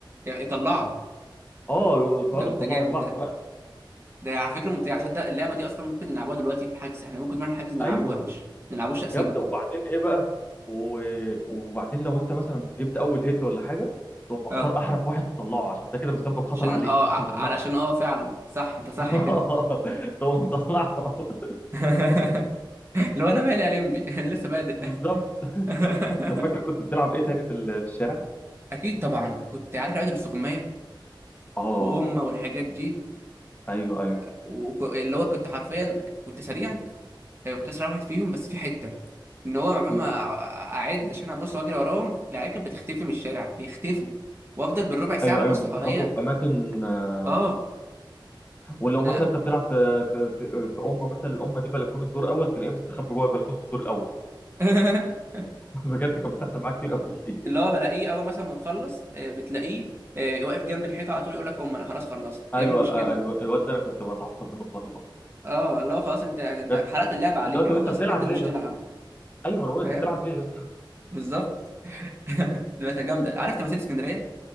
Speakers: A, on the right; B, on the left.
A: ي- يطلعوا
B: اه وتقعدوا
A: ده
B: تطلعوا
A: ده جامد
B: في بعض
A: ده
B: بقى
A: ده على فكره ممتع عشان
B: طبعا
A: ده اللعبه دي اصلا ممكن نلعبوها دلوقتي في الحجز احنا ممكن نروح الحجز نلعبوها
B: ايوه
A: مش نلعبوش تقسيمه
B: جامدة وبعدين ايه بقى و... وبعدين لو انت مثلا جبت اول هيد ولا حاجة تقوم مختار
A: اه
B: احرف واحد تطلعه عشان ده كده بيسبب خطر
A: عشان
B: عليك
A: اه
B: ممكن
A: ع-
B: يطلعك
A: علشان اه فعلا صح انت صح
B: <laughs>
A: كده
B: تقوم مطلعه <laughs>
A: <laughs> لو انا مالي يا لمبي <laughs> انا لسه بادئ
B: بالظبط
A: <laughs>
B: طب فاكر كنت بتلعب ايه تاني في ال- في الشارع؟
A: اكيد طبعا كنت عارف لعبه الاستغمايه
B: اه
A: وامه والحاجات دي
B: ايوه ايوه
A: واللي هو كنت حرفيا كنت سريع آه، كنت اسرع واحد فيهم بس في حته ان هو عقبال
B: إمم.
A: ما أع- اعد عشان ابص واجري وراهم العيال كانت بتختفي من الشارع بيختفوا وافضل بالربع ساعه
B: ايوه ايوه
A: ببص
B: بيستخبوا
A: حواليا
B: في اماكن آه،
A: اه
B: ولو
A: انا
B: مثلا انت بتلعب في في في, في امه مثلا الامه دي بلكونه الدور اول تلاقيه مستخبي جوه بلكونه الدور الاول
A: <laughs>
B: <laughs> بجد كانت بتحصل معايا كتير قوي
A: اللي هو بلاقيه اول مثلا ما نخلص آه، بتلاقيه آه، واقف جنب الحيطه على طول يقول لك ام انا خلاص خلصت
B: <laughs>
A: يا
B: ايوه
A: ابني مش
B: آه،
A: كده
B: الو- الواد ده انا كنت بتعصب منه بطريقه
A: اه اللي هو خلاص انت انت
B: بجد
A: حرقت اللعبه عليك
B: اللي هو طب
A: اللي هو
B: انت
A: انت اصلا
B: بتلعب
A: انت اللي
B: ليه
A: مش تلعب
B: يا اسطى ايوه انا بقول
A: فاهم
B: انت بتلعب ليه يا اسطى
A: بالظبط <laughs> دي بس جامده عارف تماثيل اسكندريه